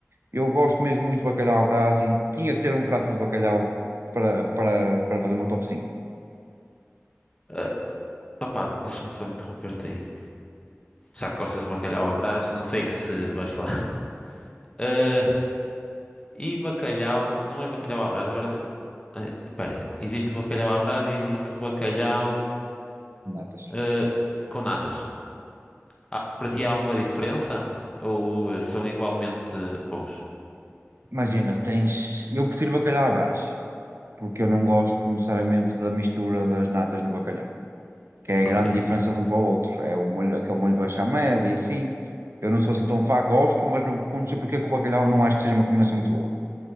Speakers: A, on the right; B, on the left.
A: eu gosto mesmo muito de bacalhau à Brás e tinha que ter um prato de bacalhau para, para, para fazer o meu top cinco
B: Ah, opá, deixa-me só interromper-te aí. Já que gostas de bacalhau à Brás? Não sei se vais falar. <laughs> Ah, e bacalhau, não é bacalhau à Brás, agora... te- ah, espera, existe o bacalhau à Brás e existe o bacalhau
A: de natas.
B: ah, com natas. Ah, para ti há alguma diferença? Ou ah, são igualmente bons?
A: Imagina, tens. Eu prefiro bacalhau à Brás, porque eu não gosto necessariamente da mistura das natas no bacalhau, que é a
B: Ok.
A: grande diferença de um para o outro. É o molho, aquele molho de bechamel e assim. Eu não sou assim tão fã, gosto, mas não, não sei porque com o bacalhau não acho que seja uma combinação muito boa.